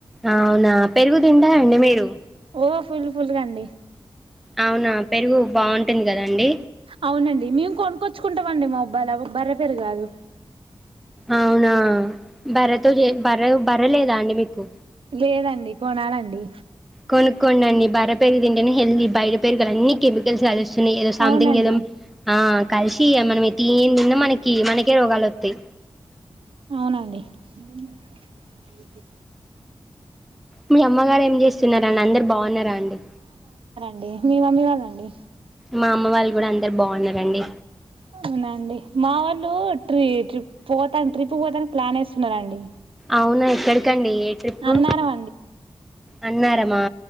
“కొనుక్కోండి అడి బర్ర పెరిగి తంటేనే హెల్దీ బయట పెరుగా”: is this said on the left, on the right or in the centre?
Centre